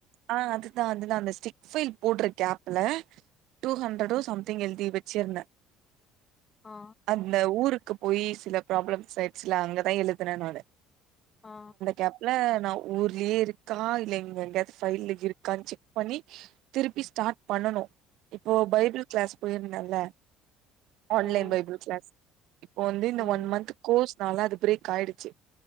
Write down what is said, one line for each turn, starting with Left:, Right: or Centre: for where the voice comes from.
Right: ஆ அதுதா அதுதா அந்த ஸ்டிக் ஃபைல் போடுற கேப்ல டூ ஹண்ட்ரடோ சம்திங் எழுதி வச்சுருந்த
Left: ஆ
Right: அந்த ஊருக்கு போய் சில ப்ராப்ளம்ஸ் ஆயிட்ச்சுல அங்கதா எழுதுன நானு
Left: ஆ
Right: கேப்ல நா ஊர்லயே இருக்கா இல்ல இங்க எங்கேயாது ஃபைல்ல இருக்கான் செக் பண்ணி திருப்பி ஸ்டார்ட் பண்ணணு இப்போ பைபிள் கிளாஸ் போயிருந்தல்ல ஆன்லைன்
Left: ம்
Right: பைபிள் கிளாஸ் இப்போ வந்து இந்த
Left: ம்
Right: ஒன் மந்த் கோர்ஸ்னால அது பிரேக் ஆயிடுச்சு